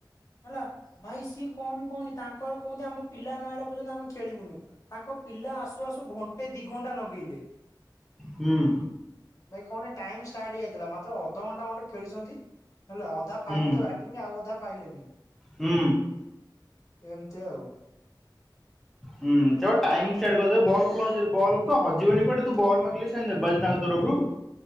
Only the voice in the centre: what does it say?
ହୁଁ।
ହୁଁ
ହୁଁ।
ହୁଁ। ସେ ପା ଟାଇମ୍ ଷ୍ଟାର୍ଟ କରିଦେବେ। ବଲ ଭଲ ଅଛି ହେରି। ବଲ ତ ହଜିବନି କୁଆଡେ। ତୁ ବଲ ମାଗିଲେ ସେ ହେ ନେବାଲ୍ ତାଙ୍କ ତରଫରୁ।